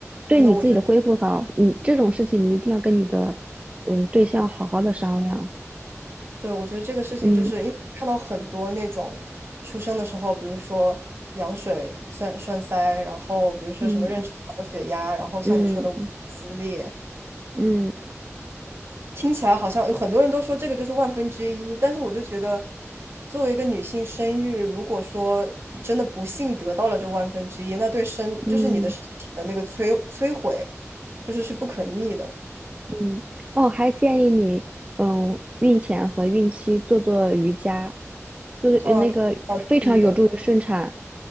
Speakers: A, on the right; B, on the right.
A: 对你自己的恢复好，
B: 真的，我觉得，
A: 你这种事情你一定要跟你的嗯对象好好的商量。
B: 对，我觉得这个事情就是因为看到很多那种出生的时候，
A: 嗯
B: 比如说羊水栓栓塞，然后比如说什么妊娠高血压，
A: 嗯
B: 然后像你说的撕裂，
A: 嗯。嗯
B: 听起来好像有很多人都说这个就是万分之一，但是我就觉得，作为一个女性生育，如果说真的不幸得到了这万分之一，那对身就是你的身体的那个摧摧毁，
A: 嗯
B: 就是是不可逆的
A: 嗯，哦，还建议你，嗯，孕前和孕期做做瑜伽，做做呃那个非常有助于顺产。
B: 啊。要做运动，